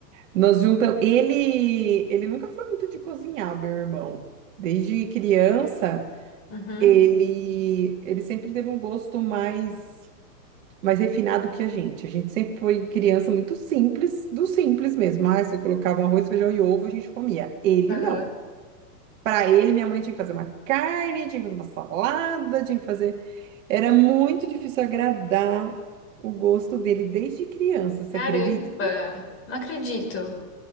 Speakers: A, on the right; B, on the left.
A: nós juntamos. Ele, ele nunca foi muito de cozinhar, o meu irmão. Desde criança,
B: Uhum,
A: ele, ele sempre teve um gosto mais, mais refinado que a gente. A gente sempre foi criança muito simples, do simples mesmo. Ah, se colocava um arroz, feijão e ovo, a gente comia. Ele
B: aham.
A: não. Para ele, minha mãe tinha que fazer uma carne, tinha que fazer uma salada, tinha que fazer. Era muito difícil agradar o gosto dele desde criança, você
B: Caramba,
A: acredita?
B: não acredito.